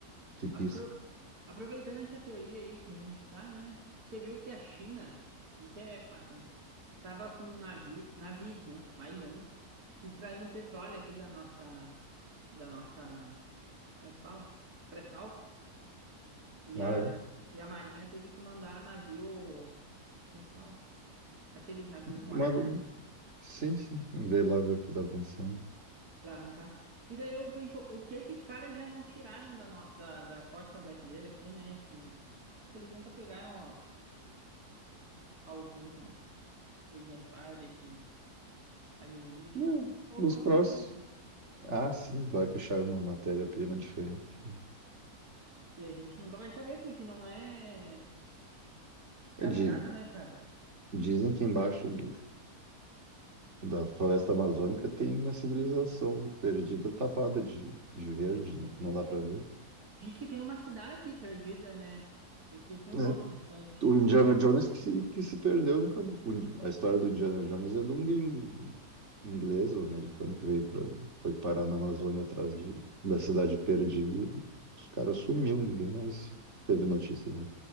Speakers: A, on the right (about 50°); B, on the right (about 75°).
A: que pisca.
B: Apro- Aproveitando essa teoria aí que a gente tá, né? Você viu que a China, isso é fato, né? Tava com um navio, navios, né? Mais um, extraindo petróleo aqui da nossa, da nossa, como é que fala? Pré-sal. E
A: Ah,
B: a,
A: é?
B: e a Marinha teve que mandar navio, como é que fala? Aquele navio
A: Uma,
B: com arma né,
A: sim, sim. Vê lá ver o que tá acontecendo.
B: pra arrancar. E daí eu penso, o que que os caras já não tiraram da, no- da, da costa brasileira aqui, né? Que, que eles nunca pegaram ó, algum exemplar desses alienígenas.
A: Não,
B: Alguma
A: os próximos.
B: coisa, né? cara?
A: Ah, sim, vai que acharam uma matéria-prima diferente.
B: E a gente nunca vai saber, porque não é fiscalizado,
A: É, di-
B: né, cara?
A: dizem que embaixo do, da floresta amazônica tem uma civilização perdida, tapada de, de verde, né? Não dá para ver.
B: Diz que tem uma cidade perdida, né? Eu esqueci o
A: É
B: nome da cidade.
A: O Indiana Jones que se, que se perdeu nunca. o Indi- A história do Indiana Jones é de um gringo inglês ou americano que veio para foi parar na Amazônia atrás de, da cidade perdida. E os caras sumiu, ninguém mais teve notícia dele.